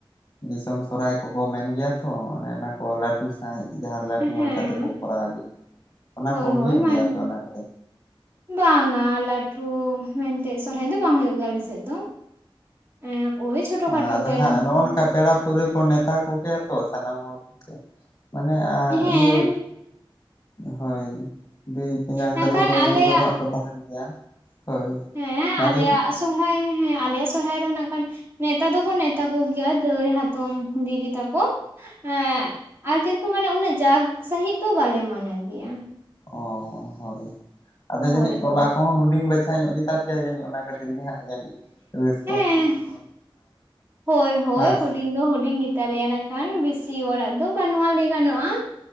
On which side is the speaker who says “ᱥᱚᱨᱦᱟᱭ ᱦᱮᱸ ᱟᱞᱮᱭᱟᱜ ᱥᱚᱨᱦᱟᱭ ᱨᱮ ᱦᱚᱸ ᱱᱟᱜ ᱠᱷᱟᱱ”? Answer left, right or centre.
Right